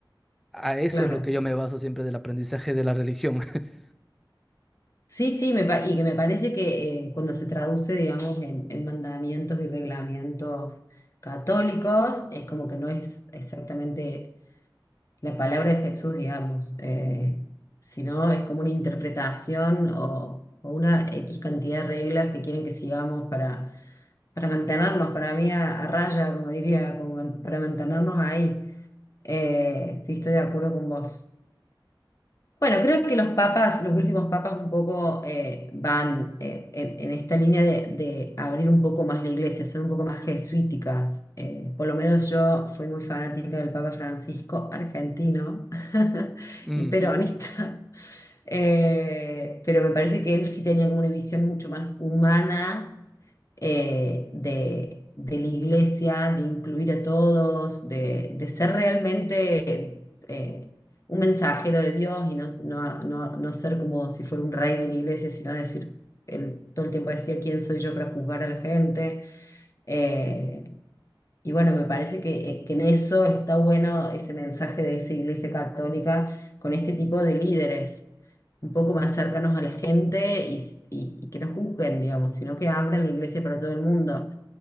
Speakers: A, in the centre; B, on the left.
A: A eso
B: claro.
A: es lo que yo me baso siempre del aprendizaje de la religión. <laughs>
B: Sí, sí, me pa- y que me parece que eh, cuando se traduce, digamos, en, en mandamientos y reglamentos católicos, es como que no es exactamente la palabra de Jesús, digamos. Eh, si no, es como una interpretación o, o una X cantidad de reglas que quieren que sigamos para, para mantenernos, para mí, a, a raya, como diría, como para mantenernos ahí. Eh, sí, estoy de acuerdo con vos. Bueno, creo que los papas, los últimos papas un poco eh, van eh, en, en esta línea de, de abrir un poco más la iglesia, son un poco más jesuíticas. Eh, por lo menos yo fui muy fanática del Papa Francisco, argentino <laughs>
A: Ujú,
B: y peronista, Eh, pero me parece que él sí tenía como una visión mucho más humana eh, de, de la iglesia, de incluir a todos, de, de ser realmente... eh, un mensajero de Dios y no, no, no, no ser como si fuera un rey de la iglesia, sino decir, él todo el tiempo decía, ¿quién soy yo para juzgar a la gente? Eh, y bueno, me parece que, eh, que en eso está bueno ese mensaje de esa iglesia católica con este tipo de líderes, un poco más cercanos a la gente y, y- y que no juzguen, digamos, sino que abran la iglesia para todo el mundo.